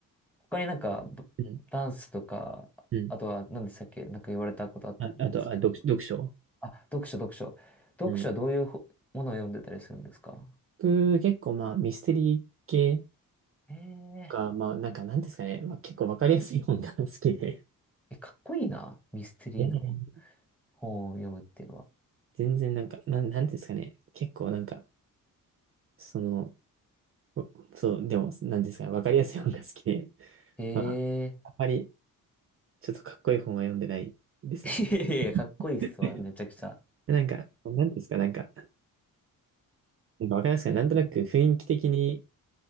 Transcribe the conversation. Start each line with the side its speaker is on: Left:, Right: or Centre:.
Centre: 他になんか、
Right: うん。
Centre: ダンスとか、
Right: うん。
Centre: あとは何でしたっけ、なんか言われたことあったと思うんですけど、
Right: あ、あと、あ、読、読書
Centre: あ、読書、読書。読書はどういうほものを読んでたりするんですか
Right: うん。僕、結構まあ、ミステリー系
Centre: ええ
Right: かまあ、なんか、なんですかね、まあ、結構わかりやすい本が <laughs> 好きで。
Centre: え、かっこいいな。ミステリーの
Right: いやいやいや
Centre: 本を読むっていうのは。
Right: 全然なんか、なん、なんですかね、結構なんか、その、おそう、でも、なんですかね、わかりやすい本が好きで、
Centre: ええ
Right: まあ、あんまり、ちょっとかっこいい本は読んでないですね。
Centre: <laughs> いやいやいや、かっこいいっすわ、
Right: <laughs>
Centre: めちゃくちゃ。
Right: なんか、なんですか、なんか、なんかわかりますか、
Centre: え、
Right: なんとなく雰囲気的に、